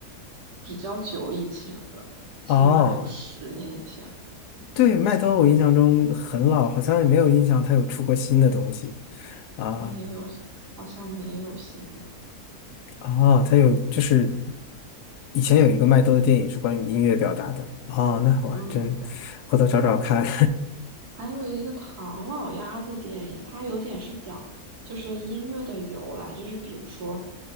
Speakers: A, on the right; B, on the left.
A: 比较久以前的，起码有十年以前，
B: 哦，对，麦兜我印象中很老，好像也没有印象他有出过新的东西啊。
A: 没有，好像没有新的。
B: 哦，他有就是以前有一个麦兜的电影是关于音乐表达的哦，那我还真回头找找看，
A: 嗯。还有一个唐老鸭的电影，它有点是讲就是音乐的由来，就是比如说